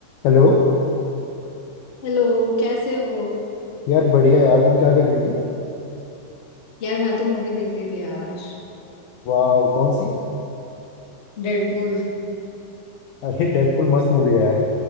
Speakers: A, on the left; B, on the left.
A: Hello
B: हेलो कैसे हो
A: यार बढ़िया यार तुम क्या कर रही थी
B: यार मैं तो मूवी देख रही थी यार
A: वाह कौन सी
B: डेडपूल
A: अरे डेडपुल मस्त मूवी है यार